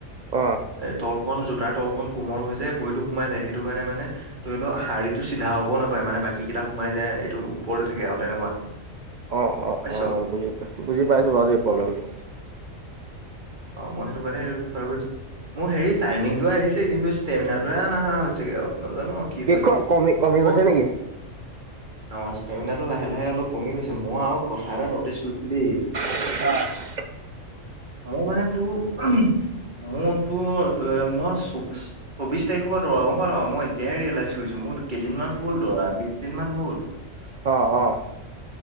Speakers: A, on the right; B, on the right.
A: অ'।
B: এ তলকন জোতাৰ তলকন কোমল হৈ যায় ভৰিতো সোমাই যায়, সেইটো কাৰণে মানে ধৰি লও হাৰ্ডিতো চিধা হ'ব নাপায়, মানে বাকীকেইটা সোমাই যায়। এইটো ওপৰতে থাকে, আৰু তেনেকুৱা।
A: অ', অ',
B: পাইছ
A: অ'। বুজি পাই, বুজি পাইছো বাৰু প্ৰব্লেমটো।
B: অ', মই সেইটো কাৰণে এই প্ৰিফাৰ কৰিছো। মোৰ হেৰি টাইমিংটো আহিছে, কিন্তু ষ্টেমিনাটোহে নাহা হৈছেগে আৰু নাজানো কি হয়
A: ক
B: গে,
A: কমি কমি গৈছে
B: মোক
A: নেকি
B: অ', ষ্টেমিনাৰটো লাহে লাহে অলপ কমি গৈছে, মই আৰু কথা এটা নটিছ কৰিছো দেই।
A: অ'।
B: মোৰ মান টোৰ, মোৰতো মই চৌবিশ তাৰিখৰ পৰা দৌৰা, গম <unintelligible> না মই এতিয়াহে ৰিয়েলাইজ কৰিছো, মোৰ কেইদিনমান হ'ল দৌৰা বিশ দিনমান হল
A: অ', অ'।